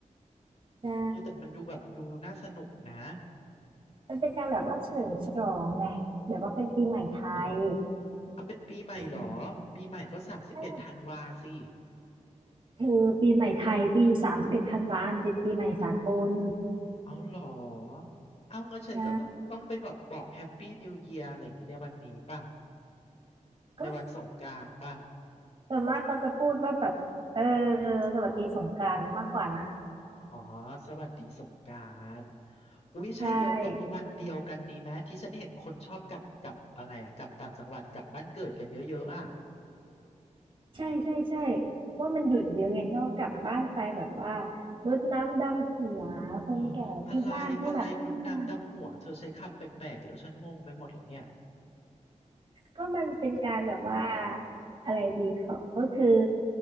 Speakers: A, on the right; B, on the left.
A: ใช่
B: โอ้แต่มันดูแบบดูน่าสนุกนะ
A: มันเป็นการแบบว่าเฉลิมฉลองไงแบบว่าเป็นปีใหม่ไทย
B: ฉลองอะไรเอาเป็นปีใหม่เหรอ
A: อืม
B: ปีใหม่ก็สามสิบเอ็ดธันวาสิ
A: ใช่คือปีใหม่ไทยปีสามสิบเอ็ดธันวาเป็นปีใหม่สากล
B: เอาเหรอ เอางั้นฉันก็ต้องต้องไปบอกบอกแฮปปี้นิวเยียร์อะไรอย่างนี้ในวันนี้ป่ะ
A: นะก็
B: ในวันสงกรานต์ป่ะ
A: ส่วนมากก็จะพูดว่าแบบเออสวัสดีสงกรานต์มากกว่านะ
B: อ๋อสวัสดีสงกรานต์อุ๊ยใช่เอียวไอ้วันเดียวกันนี้ไหมที่ฉันเห็นคนชอบกลับกลับอะไรอะกลับต่างจังหวัดกลับบ้านเกิดกันเยอะๆอะ
A: ใช่ ใช่ใช่ใช่เพราะมันหยุดเยอะไงเรากลับบ้านไปแบบว่ารดน้ำดำหัวคนแก่ที่บ้านผู้หลักผู้ใหญ่
B: เอออะไรอะไรรุดน้ำดำหัวเธอใช้คำแปลกๆเดี๋ยวฉันงงไปหมดแล้วเนี่ย
A: ก็มันเป็นการแบบว่าอะไรดีเขาก็คือ